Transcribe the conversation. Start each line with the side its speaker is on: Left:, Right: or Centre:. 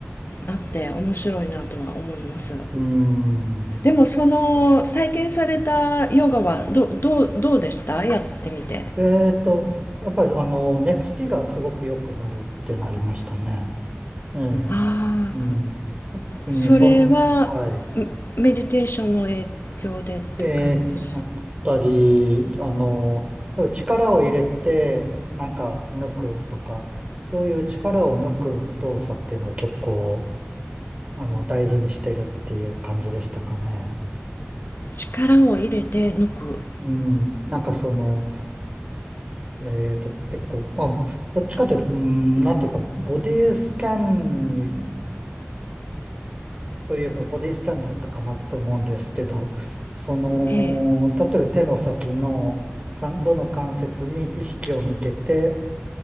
Left: あって面白いなとは思います。
Right: うん。
Left: でもその体験されたヨガはど、どう、どうでしたやってみて。
Right: えっと、やっぱり、あの、寝つきがすごく良くなるってなりましたね。ええ
Left: ああ、
Right: うん。特にその、
Left: それはメメディテーションの影響でって感じ。
Right: はい。で、あったり、あの、力を入れて、なんか抜くとか、そういう力を抜く動作っていうのは結構、あの、大事にしてるっていう感じでしたかね。
Left: 力を入れて抜くという。
Right: うん。なんかその、えっと、結構、まあ、どっちかというと、うん、なんていうか、ボディスキャンにといえばボディスキャンだったかなって思うんですけど、その、
Left: ええ、
Right: 例えば手の先の、かんどの関節に意識を向けて、